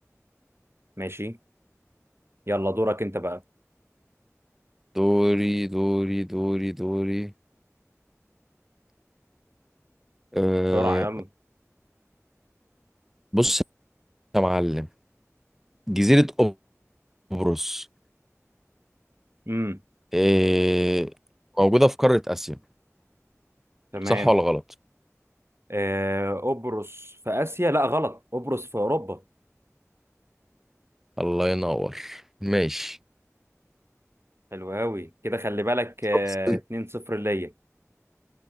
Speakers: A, on the right (about 50°); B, in the centre.
A: ماشي يلا دورك انت بقى
B: دوري دوري دوري دوري أه
A: بسرعه يلا
B: بص يا معلم جزيرة قبرص
A: امم
B: أه موجودة في قارة آسيا
A: تمام
B: صح ولا غلط؟
A: آه، قبرص في آسيا لا غلط قبرص في أوروبا
B: الله ينور ماشي
A: حلو أوي كده خلي بالك آه،
B: <laughs> بس-
A: 2-0 ليا